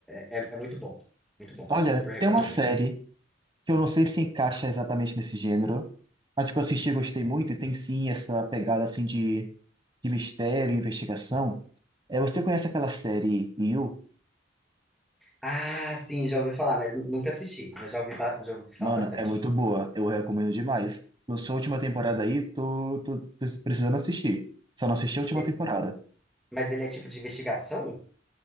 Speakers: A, in the centre; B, on the right.
A: É, é é muito bom. Muito bom.
B: Olha,
A: Eu super recomendo
B: tem uma série
A: esse.
B: que eu não sei se encaixa exatamente nesse gênero, mas que eu assisti e gostei muito, e tem sim essa pegada assim de, de mistério, investigação. É, você conhece aquela série You?
A: Ah, sim, já ouvi falar, mas nunca assisti. Mas já ouvi, ba- já ouvi falar
B: Mano,
A: bastante.
B: é muito boa. Eu recomendo demais. Lançou a última temporada aí, tô, tô, tô precisando assistir. Só não assisti a última
A: E-
B: temporada.
A: Mas ele é tipo de investigação?